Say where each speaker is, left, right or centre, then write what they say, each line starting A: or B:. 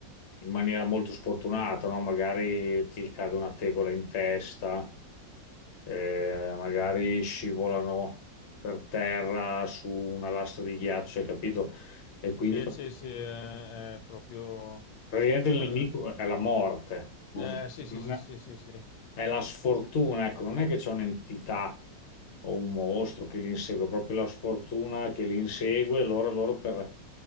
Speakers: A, on the left (about 50°); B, on the left (about 85°).
A: in maniera molto sfortunata, no? Magari ti cade una tegola in testa, eh, magari scivolano per terra su una lastra di ghiaccio, hai capito? E quindi
B: Sì,
A: pr-
B: sì, sì, è, è proprio...
A: praticamente
B: eh,
A: il nemico è la morte. Non-
B: eh, sì, sì,
A: non
B: sì,
A: è-
B: sì, sì, sì.
A: È la sfortuna, ecco, non è che c'è un'entità o un mostro che li insegue, è proprio la sfortuna che li insegue, allora loro per